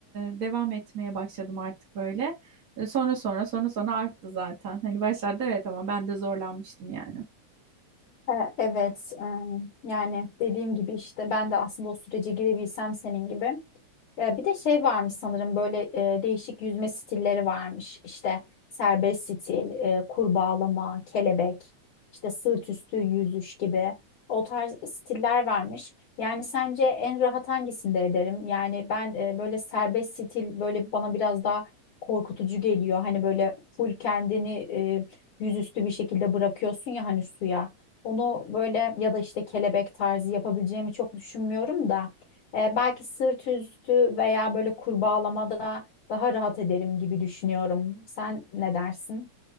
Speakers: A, on the right; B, on the left.
A: e, devam etmeye başladım artık böyle. E, sonra sonra sonra sonra arttı zaten. Hani başlarda evet ama ben de zorlanmıştım yani.
B: E, Evet, e, yani dediğim gibi işte ben de aslında o sürece girebilsem senin gibi. Ee, bir de şey varmış sanırım böyle e, değişik yüzme stilleri varmış. İşte serbest stil, e, kurbağalama, kelebek, işte sırt üstü yüzüş gibi o tarz stiller varmış. Yani sence en rahat hangisinde ederim? Yani ben e, böyle serbest stil böyle bana biraz daha korkutucu geliyor. Hani böyle full kendini e, yüzüstü bir şekilde bırakıyorsun ya hani suya. Onu böyle ya da işte kelebek tarzı yapabileceğimi çok düşünmüyorum da. E, belki sırt üstü veya böyle kurbağalamada daha rahat ederim gibi düşünüyorum. Sen ne dersin?